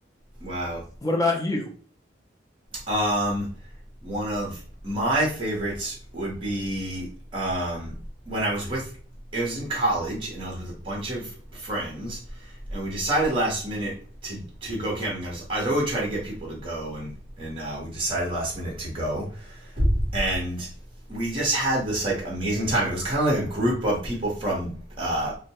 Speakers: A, on the right; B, on the left.
A: Wow.
B: What about you?
A: Um, one of my favorites would be um, when I was with, it was in college, and I was with a bunch of friends, and we decided last minute to, to go camping. I, was, I always try to get people to go, and, and uh, we decided last minute to go. And we just had this like amazing time. It was kind of like a group of people from uh,